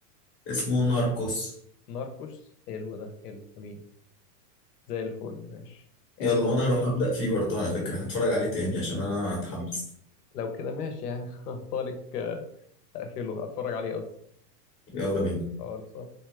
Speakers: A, on the left; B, on the left.
A: اسمه ناركوس
B: ناركوس حلو ده حلو جميل زي الفل ماشي يعني
A: يلا
B: لو
A: وانا هروح ابدا فيه برضه على فكره هتفرج عليه تاني عشان انا اتحمست
B: لو كده ماشي يعني <laughs> هنطلق اقفله اتفرج عليه قصدي
A: يلا بينا
B: خالص